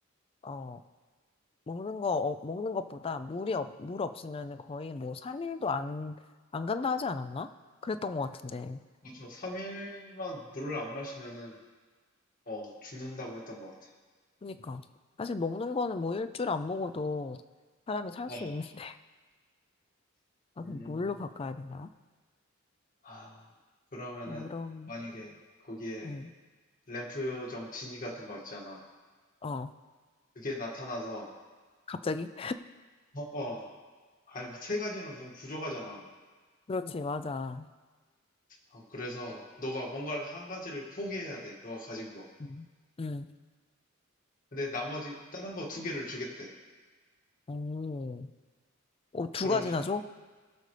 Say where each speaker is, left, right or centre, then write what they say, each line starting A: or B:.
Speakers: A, on the left; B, on the left.
A: 어, 먹는 거, 어, 먹는 것보다 물이, 없, 물 없으면 거의 뭐 3일도 안, 안 간다 하지 않았나? 그랬던 것 같은데.
B: 어, 맞아. 3일만 물을 안 마시면은, 어, 죽는다고 했던 것 같아.
A: 그러니까. 사실 먹는 거는 뭐 일주일 안 먹어도 사람이 살
B: 어.
A: 수 있는데. <laughs> 아,
B: 음,
A: 그럼 물로 바꿔야 되나?
B: 아, 그러면은,
A: 그럼...
B: 만약에 거기에
A: 음,
B: 램프 요정 지니 같은 거 있잖아.
A: 어,
B: 그게 나타나서,
A: 갑자기?
B: 어, 어, 아니, 뭐 세 가지로 너무 부족하잖아.
A: <laughs> 그렇지, 맞아.
B: 어, 그래서 너가 뭔가를 한 가지를 포기해야 돼. 너가 가진 거.
A: 음, 음,
B: 근데 나머지 다른 거 두 개를 주겠대.
A: 오, 오, 두
B: 그러면은,
A: 가지나 줘?